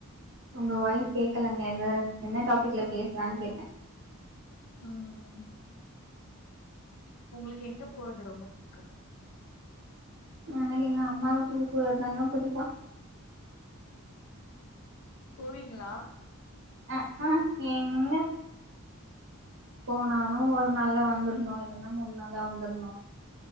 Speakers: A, on the right (about 55°); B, on the left (about 80°).
A: உங்க வாய்ஸ் கேக்கலங்க இது என்ன டாபிக்ல பேசலான் கேட்ட
B: ம் உங்ளுக்கு எங்க போறது ரொம்ப படிக்கு
A: எனக்கு எங்க அம்மா வீட்டுக்கு போறது தாங்க புடிக்கு
B: போவீங்ளா
A: அ க எங்க போனாலு ஒரு நாள் வந்துருணு இல்லன்னா மூணு நாள் வந்துருணு